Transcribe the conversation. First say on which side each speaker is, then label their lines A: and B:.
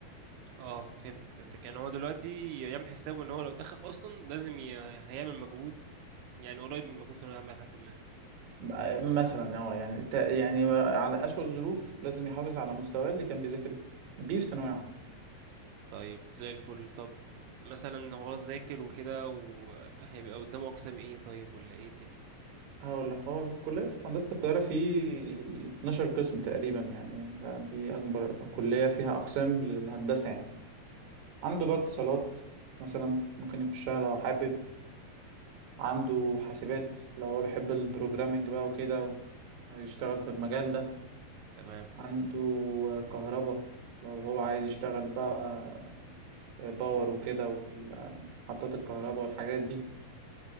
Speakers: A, on the right (about 80°); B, on the right (about 60°).
A: اه فهمتك فهمتك يعني هو دلوقتي يعمل حسابه ان هو لو دخل اصلا لازم ي... هيعمل مجهود يعني قريب من مجهود ثانويه عامه لحد ما
B: بقى- مثلا اه يعني تا- يعني على اسوأ الظروف لازم يحافظ على مستواه اللي كان بيذاكر بيه في ثانويه عامه
A: طيب زي الفل طب مثلا هو ذاكر وكده وهيبقى قدامه اقسام ايه طيب ولا ايه الدنيا
B: هقول لك هو في الكلية في هندسة القاهرة في 12 قسم تقريبا يعني ده دي أكبر كلية فيها أقسام للهندسة يعني عنده بقى اتصالات مثلا ممكن يخشها لو حابب عنده حاسبات لو هو بيحب البروجرامينج بقى وكده ويشتغل في المجال ده
A: تمام
B: عنده كهرباء لو هو عايز يشتغل بقى باور وكده ومحطات الكهرباء والحاجات دي